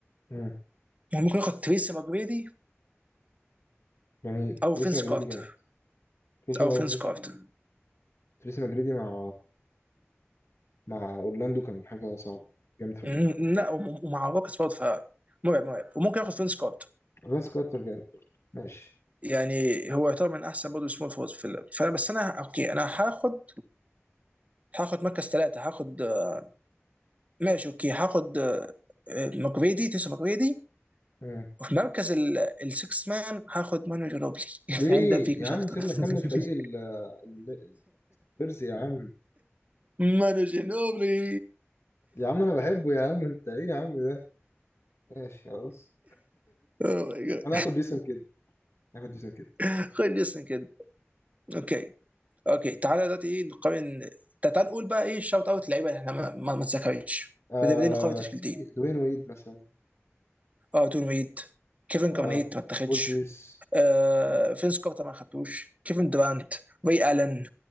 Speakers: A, on the left; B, on the right.
A: امم
B: ممكن ياخد تريسي ماجريدي
A: جميل
B: او
A: تريسي
B: فينس
A: ماجريدي
B: كارتر
A: جامد تريسي
B: او
A: ماجريدي
B: فينس كارتر
A: تريسي ماجريدي مع مع أورلاندو كان حاجة صعبة جامد فشخ
B: مم، لا وم- ومع روكيتس برضه ف- مرعب مرعب وممكن ياخد فينس كارتر
A: فينس كارتر جامد برضه ماشي
B: يعني هو يعتبر من احسن برضه سمول فورز في اللعب فانا بس انا اوكي انا هاخد هاخد مركز ثلاثه هاخد آه، ماشي اوكي هاخد آه، آه، ماجريدي تيسو ماجريدي
A: مم.
B: وفي مركز السكس مان هاخد مانو جنوبلي <laughs>
A: ليه
B: عندنا فيك
A: يا
B: مش
A: عم
B: اكتر
A: سيبنا
B: <laughs>
A: كمل فريق ال- ال- البيرز يا عم
B: مانو جنوبلي
A: يا عم انا بحبه يا عم انت ايه يا عم ده ماشي خلاص
B: اوه ماي جاد
A: انا هاخد جيسون كيد هاخد جيسون كيد
B: <laughs> خد اسم كده اوكي اوكي تعالى دلوقتي ايه نقارن تعال نقول بقى ايه الشوت اوت اللعيبه اللي احنا ما ما ما اتذكرتش
A: آه
B: بدأ- بدأنا نقارن تشكيلتين
A: في جديد دوين ويد مثلا
B: اه دون ويد كيفن
A: آه
B: كارنيت ما اتخدش
A: بول بيرس
B: آه
A: يعني.
B: فينس كارتر ما خدتوش كيفن دورانت ري الن